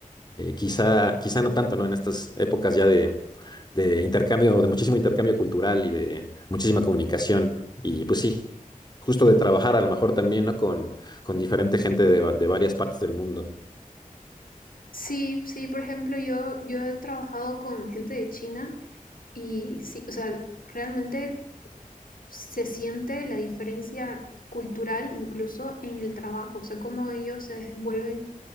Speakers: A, on the left; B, on the left.
A: eh, quizá, quizá no tanto, ¿no? En estas épocas ya de, de intercambio, de muchísimo intercambio cultural y de muchísima comunicación. Y pues sí, justo de trabajar a lo mejor también, ¿no? Con, con diferente gente de, va- de varias partes del mundo.
B: Sí, sí, por ejemplo, yo, yo he trabajado con gente de China y sí, o sea, realmente se siente la diferencia cultural incluso en el trabajo, o sea, cómo ellos se desenvuelven